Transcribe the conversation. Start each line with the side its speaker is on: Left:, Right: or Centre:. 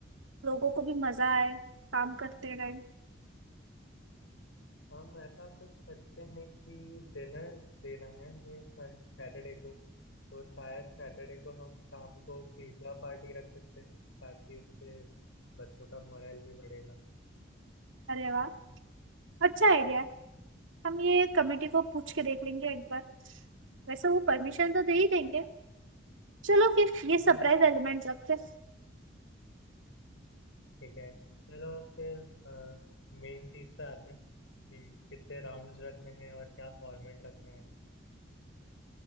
Right: लोगों को भी मजा आए काम करते टाइम
Left: हम ऐसा कुछ करते हैं कि डिनर देना है हमें सैटरडे को तो शायद सैटरडे को हम शाम को पिज्ज़ा पार्टी रख सकते हैं ताकि उससे बच्चों का मोरल भी बढ़ेगा
Right: अरे वाह अच्छा आइडिया है हम ये कमेटी को पूछ के देख लेंगे एक बार वैसे वो परमिशन तो दे ही देंगे चलो फिर ये सरप्राइज
Left: हाँ हाँ
Right: एलिमेंट रखते हैं
Left: ठीक है चलो फिर मेन चीज़ पे आते हैं कि कितने राउंड्स रखने हैं और क्या फॉर्मेट रखना है